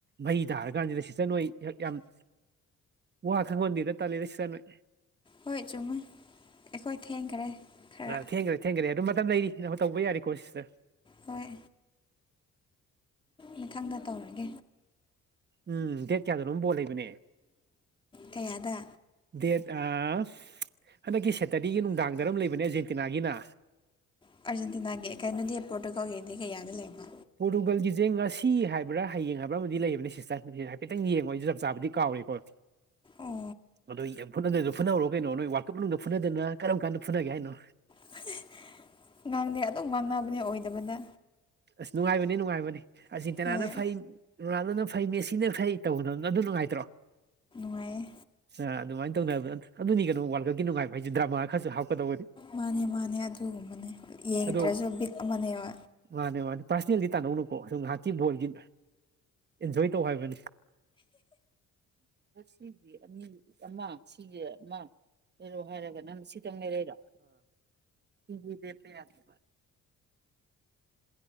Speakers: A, on the right; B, on the left.
A: ꯃꯩ ꯇꯥꯔꯀꯥꯟꯁꯤꯗ ꯁꯤꯁꯇ꯭ꯔ ꯅꯣꯏ ꯌꯥꯝ ꯋꯥ ꯈꯪꯃꯟꯗꯦꯗꯥ ꯇꯜꯂꯦꯗ ꯁꯤꯁꯇ꯭ꯔ ꯅꯣꯏ
B: ꯍꯣꯏ ꯆꯨꯝꯃꯦ ꯑꯩꯈꯣꯏ ꯊꯦꯡꯈ꯭ꯔꯦ ꯈꯔ
A: ꯑ ꯊꯦꯡꯈ꯭ꯔꯦ ꯊꯦꯡꯈ꯭ꯔꯦ ꯑꯗꯣ ꯃꯇꯝ ꯂꯩꯔꯤ ꯇꯧꯕ ꯌꯥꯔꯤꯀꯣ ꯁꯤꯁꯇ꯭ꯔ
B: ꯍꯣꯏ ꯃꯥꯊꯪꯗ ꯇꯧꯔꯒꯦ
A: ꯎꯝ ꯗꯦꯠ ꯀꯌꯥꯗꯅꯣꯝ ꯕꯣꯜ ꯂꯩꯕꯥꯅꯦ
B: ꯀꯌꯥꯗ
A: ꯗꯦꯠ ꯑꯥ ꯍꯟꯗꯛꯀꯤ ꯁꯠꯇ꯭ꯔꯗꯦꯒꯤ ꯅꯨꯡꯗꯥꯡꯗꯔ ꯑꯃ ꯂꯩꯕꯅꯦ ꯑꯥꯔꯖꯦꯟꯇꯤꯅꯥꯒꯤꯅ
B: ꯑꯥꯔꯖꯦꯟꯇꯤꯅꯥꯒꯤ ꯀꯩꯅꯣꯗꯤ ꯄꯣꯔꯇꯨꯒꯜꯒꯤꯗꯤ ꯀꯌꯥꯗ ꯂꯩꯕ
A: ꯄꯣꯔꯇꯨꯒꯜꯒꯤꯖꯦ ꯉꯁꯤ ꯍꯥꯏꯕ꯭ꯔꯥ ꯍꯌꯦꯡ ꯍꯥꯏꯕ꯭ꯔꯥ ꯑꯃꯗꯤ ꯂꯩꯕꯅꯦ ꯁꯤꯁꯇ꯭ꯔ ꯍꯥꯏꯐꯦꯠꯇꯪ ꯌꯦꯡꯉꯣ ꯑꯩꯁꯨ ꯆꯞ ꯆꯥꯕꯗꯤ ꯀꯥꯎꯔꯦꯀꯣ
B: ꯑꯣ
A: ꯑꯗꯣ ꯌꯥꯝ ꯐꯨꯅꯥꯗꯣꯏꯗꯣ ꯐꯨꯅꯍꯧꯔꯣ ꯀꯩꯅꯣ ꯅꯣꯏ ꯋꯥꯔꯜ ꯀꯞ ꯃꯅꯨꯡꯗ ꯐꯨꯅꯗꯅ ꯀꯔꯝ ꯀꯥꯟꯗ ꯐꯨꯅꯥꯒꯦ ꯍꯥꯏꯅꯣ
B: ꯐ <unintelligible> ꯉꯥꯡꯗꯤ ꯑꯗꯨꯝ ꯉꯥꯡꯅꯕꯅꯦ ꯑꯣꯏꯗꯕꯗ
A: ꯑꯁ ꯅꯨꯡꯉꯥꯏꯕꯅꯦ ꯅꯨꯡꯉꯥꯏꯕꯅꯦ ꯑꯥꯔꯖꯦꯟꯇꯤꯅꯥꯅ
B: ꯍꯣꯏ
A: ꯐꯩ ꯔꯣꯅꯥꯜꯗꯣꯅ ꯐꯩ ꯃꯦꯁꯤꯅ ꯐꯩ ꯇꯧꯕꯥꯗꯣ ꯑꯗꯨ ꯅꯨꯡꯉꯥꯏꯇ꯭ꯔꯣ
B: ꯅꯨꯡꯉꯥꯏꯌꯦ
A: ꯑ ꯑꯗꯨꯃꯥꯏꯅ ꯇꯧꯅꯕ ꯑꯗꯨꯅꯤ ꯀꯩꯅꯣ ꯋꯥꯔꯜ ꯀꯞꯀꯤ ꯅꯨꯡꯉꯥꯏꯕ ꯍꯥꯏꯁꯦ ꯗ꯭ꯔꯃꯥ ꯈꯔꯥꯁꯨ ꯍꯥꯞꯀꯗꯧꯕꯅꯤ
B: ꯃꯥꯅꯦ ꯃꯥꯅꯦ ꯑꯗꯨꯒꯨꯝꯕꯅꯦ ꯌꯦꯡꯗ꯭ꯔꯁꯨ
A: ꯑꯗꯣ
B: ꯕꯤꯠ ꯑꯃꯥꯅꯦꯕ
A: ꯃꯥꯅꯦ ꯃꯥꯅꯦ ꯄꯥꯔꯁꯜꯅꯦꯜꯗꯤ ꯇꯥꯅꯧꯅꯨꯀꯣ ꯁꯨꯝ ꯉꯥꯏꯍꯥꯛꯀꯤ ꯕꯣꯜꯒꯤ ꯑꯦꯟꯖꯣꯏ ꯇꯧ ꯍꯥꯏꯕꯅꯤ ꯁꯤꯒꯤ ꯑꯅꯤ ꯑꯃ ꯁꯤꯒꯤ ꯑꯃ ꯂꯩꯔꯛꯑꯣ ꯍꯥꯏꯔꯒ ꯅꯪꯅ ꯁꯤꯇꯪ ꯂꯩꯔꯛꯏꯔꯣ ꯈꯣꯡꯖꯦ ꯂꯦꯞꯄ ꯌꯥꯗꯦꯕ <unintelligible>